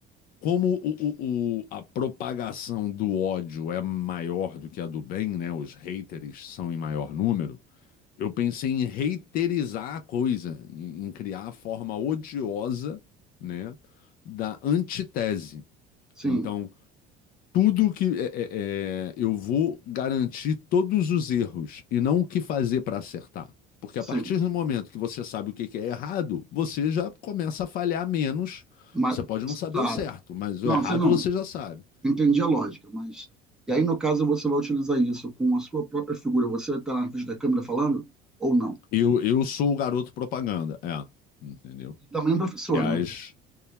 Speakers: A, on the left; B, in the centre.
A: como o- o- o- a propagação do ódio é maior do que a do bem, né? Os haters são em maior número. Eu pensei em haterizar a coisa, em, em criar a forma odiosa, né, da antitese.
B: Sim,
A: Então, tudo que é, é, é, eu vou garantir todos os erros e não o que fazer para acertar. Porque
B: sim.
A: a partir do momento que você sabe o que que é errado, você já começa a falhar menos.
B: Mas,
A: Você pode não saber
B: claro.
A: o certo, mas
B: Não,
A: o errado
B: você não.
A: você já sabe.
B: entendi a lógica, mas. E aí, no caso, você vai utilizar isso com a sua própria figura, você está na frente da câmera falando ou não?
A: Eu, eu sou o garoto propaganda, é, entendeu?
B: E também um professor,
A: E, as,
B: né?